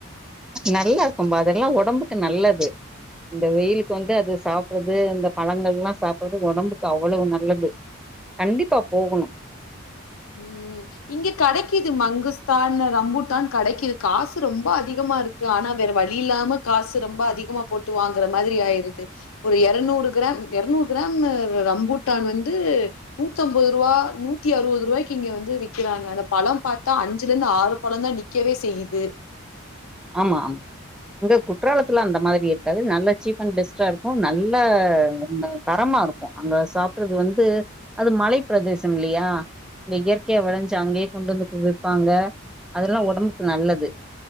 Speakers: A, in the centre; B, on the left.
A: நல்லா இருக்கும் பா அதெல்லாம் உடம்புக்கு நல்லது இந்த வெயிலுக்கு வந்து அது சாப்பிறது இந்த பழங்கள் எல்லாம் சாப்பறது உடம்புக்கு அவ்வளவு நல்லது கண்டிப்பா போகணும்
B: உம் இங்க கிடைக்குது மங்கஸ்தான் ரம்பு தான் கிடைக்குது காசு ரொம்ப அதிகமா இருக்கு ஆனா வேற வழி இல்லாம காசு ரொம்ப அதிகமா போட்டு வாங்கற மாதிரி ஆயிருது ஒரு இருநூறு கிராம் இருநூறு கிராம் ரம்பூட்டான் வந்து நூத்திம்பது ரூபாயா நூத்தி அறுபது ரூபாய இங்க வந்து விறக்கிறாங்க அந்த பழம் பார்த்தா அஞ்சுல இருந்து ஆறு பழம தான் நிக்கவே செய்யுது
A: ஆமா ஆமா இங்க குற்றாலத்துலாம் அந்த மாரி இருக்காது நல்ல சீப் அண்ட் பெஸ்ட்டா இருக்கும் நல்லா தரமா இருக்கும் அங்க சாப்படுறது வந்து அது மலை பிரதேசம் இல்லயா அந்த இயற்கையா விளைஞ்சு அங்கேயே கொண்டு வந்து வப்பாங்க அதெல்லாம் உடம்புக்கு நல்லது